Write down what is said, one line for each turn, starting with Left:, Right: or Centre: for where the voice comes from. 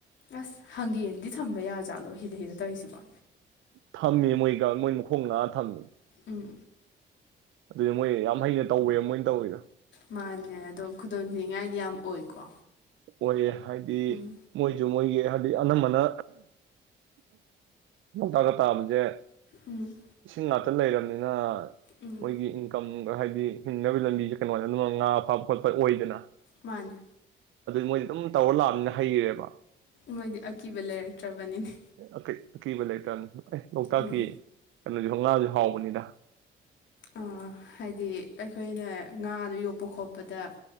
Left: ꯑꯁ ꯍꯪꯒꯦꯗꯤ ꯊꯝꯕ ꯌꯥꯖꯥꯠꯂꯣ ꯍꯤꯗ ꯍꯤꯗ ꯇꯧꯔꯤꯁꯤꯕꯣ
Right: ꯊꯝꯃꯤ ꯃꯣꯏꯒ ꯃꯣꯏ ꯃꯈꯣꯡ ꯂꯥꯛꯑ ꯊꯝꯃꯤ
Left: ꯎꯝ
Right: ꯑꯗꯨꯗꯤ ꯃꯣꯏ ꯌꯥꯝ ꯍꯩꯅ ꯇꯧꯋꯦꯕ ꯃꯣꯏꯅ ꯇꯧꯋꯤꯗꯣ
Left: ꯃꯥꯅꯦ ꯑꯗꯣ ꯈꯨꯗꯣꯡ ꯊꯤꯅꯤꯡꯉꯥꯏꯗꯤ ꯌꯥꯝ ꯑꯣꯏꯀꯣ꯫
Right: ꯑꯣꯏꯌꯦ ꯍꯥꯏꯗꯤ
Left: ꯎꯝ
Right: ꯃꯣꯏꯁꯨ ꯃꯣꯏꯒꯤ ꯍꯥꯏꯗꯤ ꯑꯅꯝꯕꯅ ꯂꯣꯛꯇꯥꯛꯇ ꯇꯥꯕꯁꯦ
Left: ꯎꯝ
Right: ꯁꯤꯁꯤꯡꯉ <unintelligible> ꯈꯇ ꯂꯩꯔꯕꯅꯤꯅ
Left: ꯎꯝ
Right: ꯃꯣꯏꯒꯤ ꯏꯟꯀꯝ ꯍꯥꯏꯗꯤ ꯍꯕꯤ ꯂꯕꯤꯁꯦ ꯀꯩꯅꯣ ꯑꯗꯨ <unintelligible> ꯑꯣꯏꯗꯅ
Left: ꯃꯥꯅꯦ
Right: ꯃꯣꯏꯗꯤ ꯑꯗꯨꯝ ꯇꯧꯔ ꯂꯥꯑꯅꯤꯅ ꯍꯩꯔꯦꯕ꯫
Left: ꯃꯣꯏꯗꯤ ꯑꯀꯤꯕ ꯂꯩꯔꯛꯇ꯭ꯔꯕꯅꯤꯅꯦ
Right: ꯑꯀꯩ ꯑꯀꯤꯕ ꯂꯩ ꯇꯥꯕꯅꯤ ꯑꯦ ꯂꯣꯛꯇꯥꯛꯀꯤ
Left: ꯎꯝ
Right: ꯀꯩꯅꯣꯁꯨ ꯍ ꯉꯁꯨ ꯍꯥꯎꯕꯅꯤꯅ
Left: ꯑꯣ ꯍꯥꯏꯗꯤ ꯑꯩꯈꯣꯏꯅ ꯉꯥꯗꯣ ꯌꯣꯛꯄ ꯈꯣꯠꯄꯗ